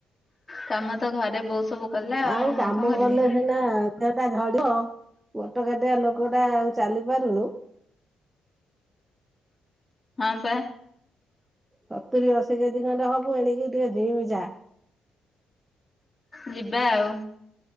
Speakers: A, on the left; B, on the right.
A: କାମ ତ ଘରେ ବୋଉ ସବୁ କଲା
B: ଆଉ କାମ
A: ମୁଁ କଣ କରିବି।
B: କଲେ ହେ ନାଁ ଦେହଟା ଝଡ଼ିବ ମୋଟ କାଟିଆ ଲୋକଟା ଆଉ ଚାଲିପାରୁନି।
A: ହଁପା।
B: ସତୁରି ଅଶୀ କେଜି ଖଣ୍ଡେ ହବୁ ଏଣିକି ଟିକେ ଜିମ ଯା।
A: ଯିବା ଆଉ